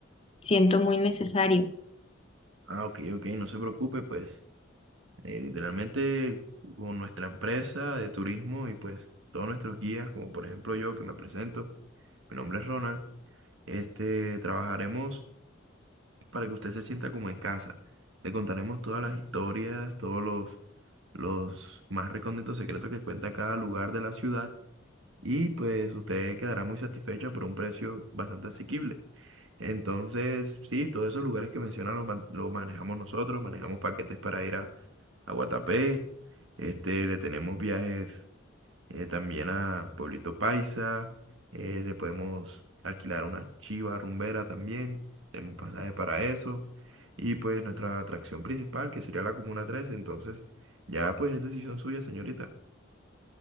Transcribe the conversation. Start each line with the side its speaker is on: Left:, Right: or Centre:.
Left: siento muy necesario.
Right: Ah, ok, ok, no se preocupe, pues eh, literalmente con nuestra empresa de turismo y pues todos nuestros guías, como por ejemplo yo que me presento, mi nombre es Ronald, este, trabajaremos. para que usted se sienta como en casa. Le contaremos todas las historias, todos los, los más recónditos secretos que cuenta cada lugar de la ciudad y pues usted quedará muy satisfecha por un precio bastante asequible. Entonces, sí, todos esos lugares que menciona los, man- los manejamos nosotros, manejamos paquetes para ir a, a Guatapé, este, le tenemos viajes eh, también a Pueblito Paisa, eh, le podemos alquilar una chiva rumbera también, tenemos pasaje para eso, y pues nuestra atracción principal que sería la Comuna 13, entonces ya pues es decisión suya, señorita.